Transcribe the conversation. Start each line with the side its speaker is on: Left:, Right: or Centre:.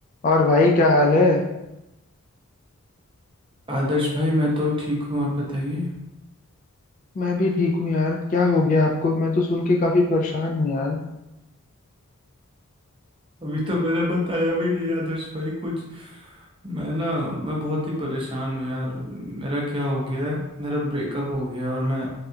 Left: और भाई क्या हाल है
Right: आदर्श भाई मैं तो ठीक हूँ आप बताइए
Left: मैं भी ठीक हूँ यार क्या हो गया आपको मैं तो सुन के काफी परेशान हूँ यार
Right: अभी तो मैंने बताया भी नहीं आदर्श भाई कुछ मैं ना मैं बहुत ही परेशान हूँ यार मेरा क्या हो गया है मेरा ब्रेकअप हो गया है और मैं